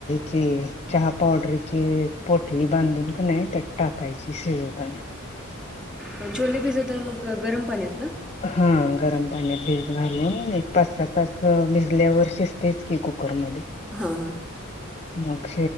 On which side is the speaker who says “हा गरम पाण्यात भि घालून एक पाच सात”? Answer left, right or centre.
Left